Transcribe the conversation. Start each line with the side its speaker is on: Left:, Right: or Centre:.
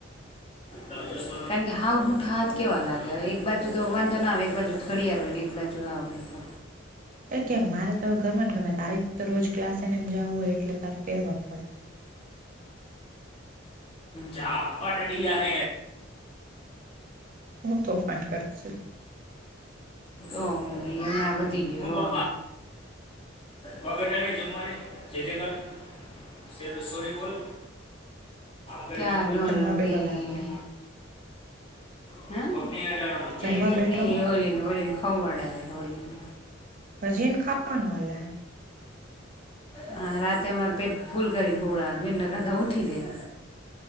Left: આ <inaudible> કારણ કે હઉ ભુઠા હાથ કેવા લાગે એક બાજુ તો વાંધો ના આવે એક બાજુ ઘડિયાળ ને એક બાજુ જોવા હોય તો
Right: એ ક્યાંક મારે તો ઘરમાં ને ઘરમાં તારી તો રોજ ક્લાસે ને એમ જવું હોય એટલે તારી પહેરવા પડે.
Left: જાઝાપટડીી હ
Right: હું તો ફંડ કર છ
Left: ઓ હેમા વધધી ગયો હ બગડને જમવાની જય જય કાર સોરી બોલ ત્યાન
Right: જમવા
Left: ન
Right: બેઠો
Left: ગ
Right: લાગે
Left: હ ટવી
Right: જમવા બેઠો
Left: હોલીની હોળને ખ મળડે છે હોળની
Right: હજી એનું ખાવાનું હાલ હે
Left: હ રાતેમાં પેટ ફૂલ કરીને હુળાવાનુ બેન નાકતા ઊઠી જાય.